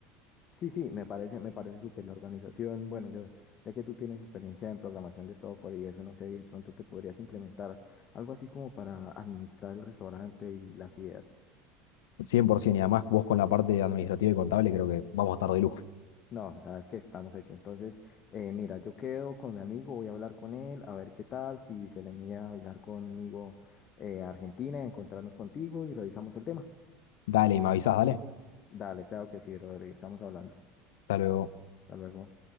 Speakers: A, on the left; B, on the left.
A: sí, sí, me parece, me parece súper la organización. Bueno, ya, ya que tú tienes experiencia en programación de software y eso, no sé, de pronto te podrías implementar algo así como para administrar el restaurante y las ideas.
B: 100%, y además vos con la parte administrativa y contable creo que vamos a estar de lujo.
A: No, sabes que estamos hechos. Entonces, eh, mira, yo quedo con mi amigo, voy a hablar con él, a ver qué tal, si se le mía viajar conmigo eh, a Argentina, encontrarnos contigo y revisamos el tema.
B: Dale, y me avisás, dale.
A: Dale, claro que sí, Rodri, estamos hablando.
B: Hasta luego.
A: Hasta luego.